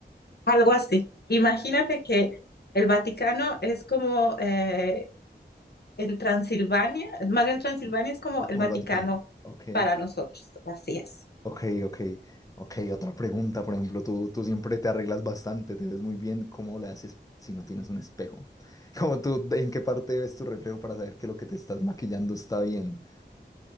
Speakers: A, on the left (about 65°); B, on the left (about 20°).
A: Algo así. Imagínate que el Vaticano es como eh, El Transilvania, más bien Transilvania
B: Sí,
A: es como
B: Es
A: el
B: como
A: Vaticano
B: el Vaticano. Ok.
A: para nosotros, así es.
B: Ok, ok, ok. Otra pregunta, por ejemplo, tú, tú siempre te arreglas bastante, te ves muy bien. ¿Cómo le haces si no tienes un espejo? <laughs> Como tú, ¿en qué parte ves tu reflejo para saber que lo que te estás maquillando está bien?